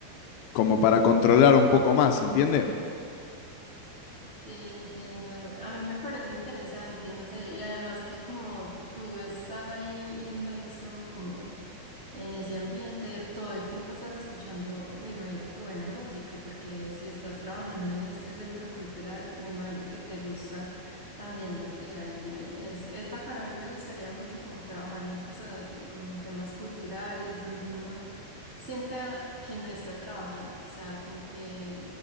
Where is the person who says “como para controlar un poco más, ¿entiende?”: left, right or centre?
Left